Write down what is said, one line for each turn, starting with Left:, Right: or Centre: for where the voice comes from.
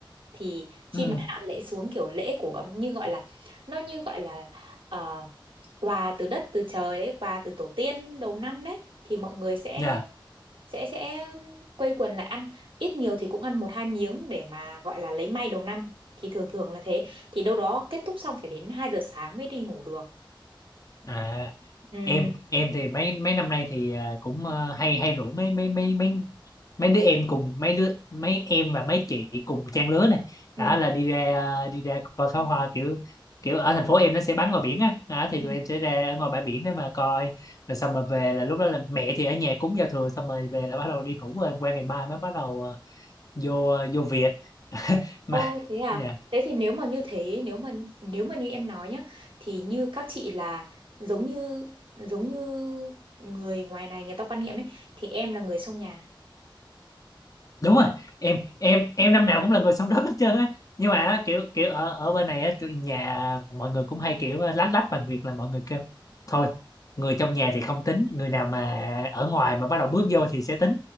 Right: thì khi
Left: ừ
Right: mà hạ lễ xuống kiểu lễ của như gọi là nó như gọi là ờ, quà từ đất từ trời đấy quà từ tổ tiên đầu năm đấy thì mọi người sẽ
Left: dạ
Right: sẽ sẽ quây quần lại ăn ít nhiều thì cũng ăn một hai miếng để mà gọi là lấy may đầu năm thì thường thường là thế thì đâu đó kết thúc xong phải đến 2 giờ sáng mới đi ngủ được
Left: à
Right: ừ
Left: em em thì mấy mấy năm nay thì à, cũng ờ, hay hay rủ mấy mấy mấy mấy mấy đứa em cùng mấy đứa mấy em và mấy chị cùng trang lứa này
Right: ừ
Left: đó là đi ra à, đi ra coi pháo hoa kiểu kiểu ở thành phố em nó sẽ bắn ngoài biển á đó, thì
Right: ừ.
Left: tụi em sẽ ra ngoài bãi biển để mà coi rồi xong rồi về là lúc đó là mẹ thì ở nhà cúng giao thừa xong rồi về là bắt đầu đi ngủ rồi qua ngày mai mới bắt đầu ờ, vô ờ, vô việc mà
Right: ô
Left: <laughs>
Right: thế à
Left: dạ.
Right: thế thì nếu mà như thế nếu mà nếu mà như em nói nhá thì như các chị là giống như giống như người ngoài này người ta quan niệm ấy thì em là người xông nhà
Left: đúng rồi em em em năm nào cũng là người sống đất hết trơn á nhưng mà á, kiểu kiểu ở ở bên này á tụi nhà mọi người cũng hay kiểu ờ, lách lách bằng việc là mọi người kêu thôi người trong nhà thì không tính người nào mà ở ngoài mà bắt đầu bước vô thì sẽ tính